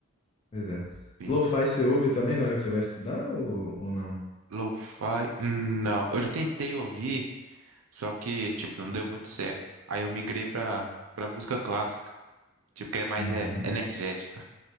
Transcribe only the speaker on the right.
Sim.
Lo-fi, hum, não. Eu já tentei ouvir, só que, tipo, não deu muito certo. Aí eu migrei pra, pra música clássica, tipo, que é mais
é, energética.